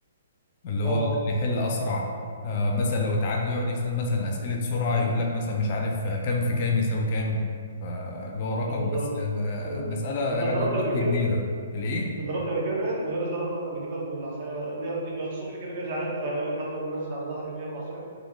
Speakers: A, on the left; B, on the right.
A: اللي هو
B: اه
A: مم. اللي يحل أسرع آه مثلا لو اتعادلوا يقعد يسأل مثلا أسئلة سرعة يقول لك مثلا مش عارف آه، كام في كام يساوي كام فاللي هو رقم
B: أي بالظبط
A: بس آه،
B: امم
A: مسألة
B: انت
A: يعني
B: اتدربت قبل
A: ضرب
B: كده
A: كبيرة الإيه؟
B: اتضربت قبل كده مدرس ضربك قبل كده بالعصايه اللي هي بتبقى الصبح كده جاي زعلان فيقول لك هضرب الناس على ظهر ايديها بالعصايه